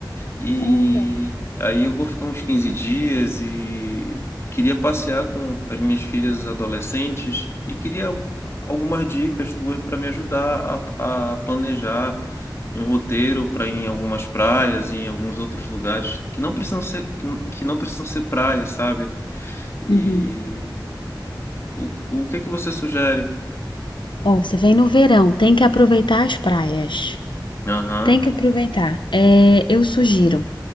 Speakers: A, on the left; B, on the left.
A: E
B: Olha.
A: aí eu vou ficar uns 15 dias e queria passear com as minhas filhas adolescentes e queria al- algumas dicas tuas para me ajudar a, a planejar um roteiro para ir em algumas praias, em alguns outros lugares que não precisam ser que n- que não precisam ser praias, sabe? E
B: Uhum.
A: o, o que é que você sugere?
B: Ó, você vem no verão, tem que aproveitar as praias.
A: Aham,
B: Tem que aproveitar. É, eu sugiro